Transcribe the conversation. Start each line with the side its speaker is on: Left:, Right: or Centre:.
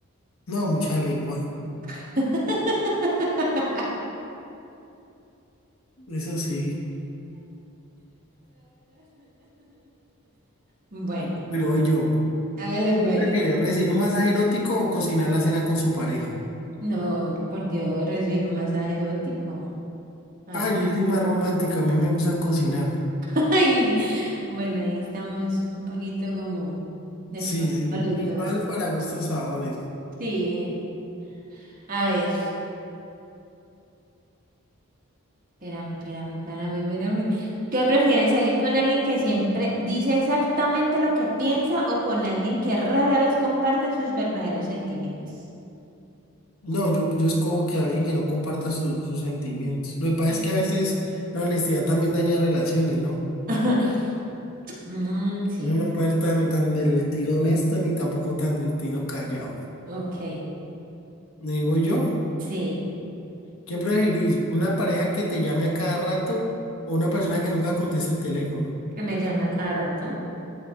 Left: No, mucha lengua.
Right: <laughs>
Left: Eso sí.
Right: Bueno,
Left: Bueno, y yo.
Right: hágale pues.
Left: ¿Qué prefiere, recibir un masaje erótico o cocinar la cena con su pareja?
Right: No, por Dios, recibir un masaje erótico. Ay,
Left: Ah, yo soy más romántico. A mí me gusta cocinar.
Right: <laughs> ay, bueno, ahí estamos un poquito como descuadrados
Left: Sí, sí. Igual
Right: los dos.
Left: para gustos, sabores.
Right: Sí, a ver. Espérame, espérame, espérame, espérame. ¿Qué prefieres, salir con alguien que siempre dice exactamente lo que piensa o con alguien que rara vez comparte sus verdaderos sentimientos?
Left: No, yo, yo escojo que alguien que no comparta su- sus sentimientos. Lo que pasa
Right: Sí.
Left: es que a veces la honestidad también daña relaciones, ¿no?
Right: <laughs> Mm, sí,
Left: Uno no puede ser tan, tan del tiro honesto ni tampoco tan del tiro callado.
Right: ok,
Left: Y voy yo,
Right: sí,
Left: ¿qué preferís? ¿Una pareja que te llame a cada rato o una persona que nunca conteste el teléfono?
Right: que me llame a cada rato.